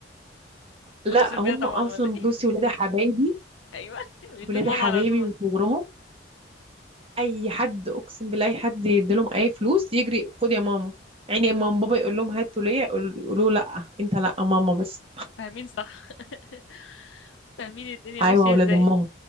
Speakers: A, on the left; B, on the right.
A: وتصرفيها
B: لا هم
A: طبعا
B: اصلا
A: ولا ايه
B: بصي ولاد حبايبي
A: <laughs> ايوه بيدوا
B: ولاد
A: لماما
B: حبايبي
A: على طول
B: من صغرهم اي حد اقسم بالله اي حد يديلهم اي فلوس يجري خد يا ماما يعني ماما بابا يقول لهم هاتوا ليا يقول- يقولوا لا انت لا ماما بس
A: فاهمين صح <laughs> فاهمين الدنيا
B: ايوه
A: ماشيه
B: اولاد
A: ازاي
B: امهم